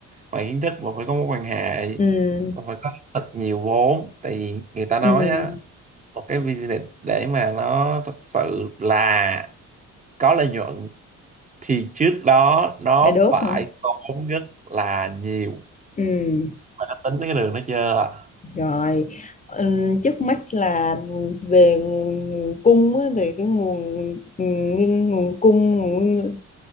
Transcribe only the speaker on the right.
ngoài kiến thức bà phải có mối quan hệ,
bà phải có thật nhiều vốn. Tại vì người ta
nói á, một cái business để mà nó thật sự là có lợi nhuận thì trước đó nó
phải
tốn rất là nhiều
Mày đã tính tới cái đường đó chưa?